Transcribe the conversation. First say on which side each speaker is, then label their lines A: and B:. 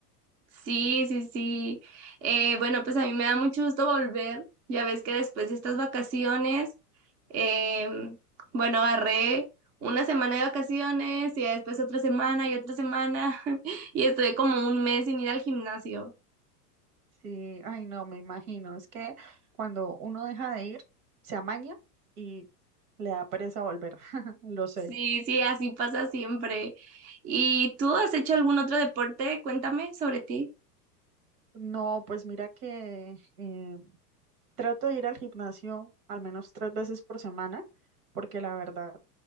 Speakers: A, on the right; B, on the right.
A: Sí, sí, sí. Eh, bueno, pues a mí me da mucho gusto volver. Ya ves que después de estas vacaciones, em, bueno, agarré una semana de vacaciones y ya después otra semana y otra semana <laughs> y estuve como un mes sin ir al gimnasio.
B: Sí, ay no, me imagino. Es que cuando uno deja de ir, se amaña y le da pereza volver, <laughs> lo sé.
A: Sí, sí, así pasa siempre. ¿Y tú has hecho algún otro deporte? Cuéntame sobre ti.
B: No, pues mira que eh, Trato de ir al gimnasio al menos tres veces por semana, porque la verdad